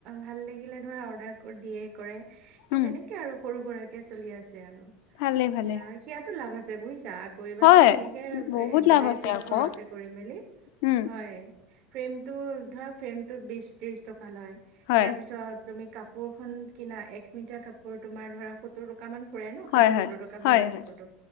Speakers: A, on the right; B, on the left.
A: ভাল লাগিলে ধৰা অৰ্ডাৰ দিয়ে কৰে। সেই
B: উম
A: তেনেকে আৰু সৰু সুৰাকে চলি আছে আৰু
B: ভালে ভালে
A: সেয়া সেয়াতো লাভ আছে বুয় সেইয়া কৰিবাচোন
B: হয়
A: এনেকে
B: বহুত
A: এমব্ৰইডাৰী
B: লাভ আছে
A: বিলাক
B: আকৌ
A: ঘৰতে কৰি মেলি
B: উম
A: হয় ফ্ৰেমটো ধৰা ফ্ৰেমটোত বি ত্ৰিশ টকা লয়,
B: হয়
A: তাৰপিছত তুমি কাপোৰখন কিনা এক মিটাৰ কাপোৰ তোমাৰ ধৰা সওৰ টকামান পৰে ন
B: হয়
A: ষাঠি
B: হয়
A: সত্তৰ টকা
B: হয়
A: ভাল কাপোৰটো।
B: হয়